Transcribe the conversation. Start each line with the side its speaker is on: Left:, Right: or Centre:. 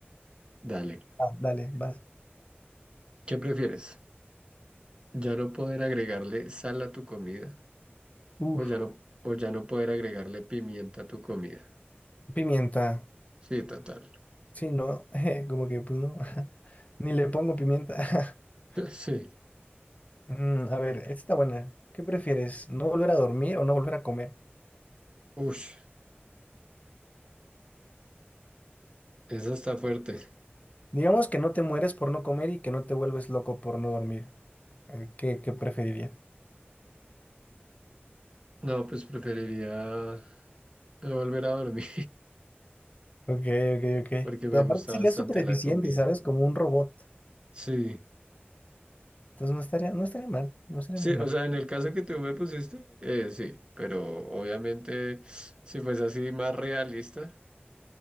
Right: Dale.
Left: ah, dale, vas.
Right: ¿Qué prefieres? ¿Ya no poder agregarle sal a tu comida?
Left: Uf,
Right: ¿O ya no, o ya no poder agregarle pimienta a tu comida?
Left: pimienta.
Right: Sí, total.
Left: Sí, ¿no? <laughs> Eh, Como que, pues no. <laughs> Ni le pongo pimienta. <laughs>
Right: <laughs> Sí.
Left: Mm, a ver, esta está buena. ¿Qué prefieres? ¿No volver a dormir o no volver a comer?
Right: Ush. Esa está fuerte.
Left: Digamos que no te mueres por no comer y que no te vuelves loco por no dormir. Eh, ¿Qué, qué preferirías?
Right: No, pues preferiría no volver a dormir
Left: Ok, ok,
Right: <laughs>
Left: ok.
Right: porque me
Left: Pero aparte
Right: gusta
Left: sería
Right: bastante
Left: súper eficiente,
Right: la comida.
Left: ¿sabes? Como un robot.
Right: Sí.
Left: Entonces no estaría, no estaría mal, no estaría
Right: Sí,
Left: muy
Right: o
Left: mal.
Right: sea, en el caso que tú me pusiste, eh, sí, pero obviamente si fuese así más realista,